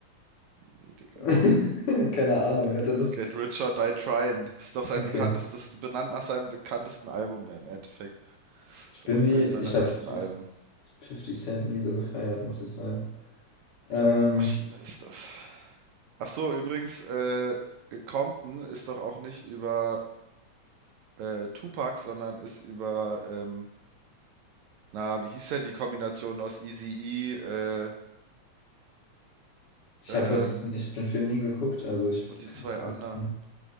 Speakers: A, on the right; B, on the left.
A: Nee, Digga.
B: <laughs> Keine Ahnung,
A: Get,
B: hat er das?
A: Get Rich or Die Tryin'. Ist doch sein
B: Okay.
A: bekanntestes, benannt nach seinem bekanntesten Album im Endeffekt.
B: Ich
A: Ist
B: bin
A: auch
B: nie,
A: eins seiner
B: ich
A: besten
B: habe
A: Alben.
B: Fifty Cent nie so gefeiert, muss ich sagen. Ähm,
A: Junge, Maschine ist das. Ach so, übrigens, äh, Compton ist doch auch nicht über äh, Tupac, sondern ist über ähm, Na, wie hieß denn die Kombination aus Eazy-E äh,
B: ich
A: ähm,
B: habe das, ich habe den Film nie geguckt, also ich
A: und die
B: kann
A: zwei
B: es nicht
A: anderen?
B: sagen.